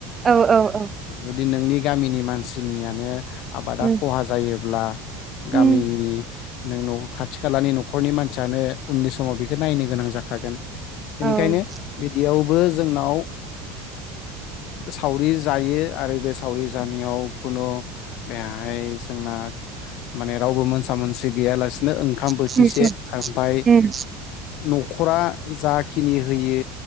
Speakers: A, on the right; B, on the left.
A: औ औ औ
B: जुदि नोंनि गामिनि मानसिनियानो आबादा
A: उम
B: ख'हा जायोब्ला गामिनि
A: उम
B: नोंन खाथि खालानि न'खरनि मानसियानो उन्दै समाव बेखौ नायनो गोनां जाखागोन बेनिखायनो
A: औ ओं
B: बिदियावबो जोंनाव सावरि जायो आरो बे सावरि जानायाव खुनु बेहाय जोंना माने रावबो मोनसा मोनसि गैयालासि नो ओंखाम बोथिसे
A: उम उम
B: ओमफाय
A: उम
B: न'खरा जाखिनि होयो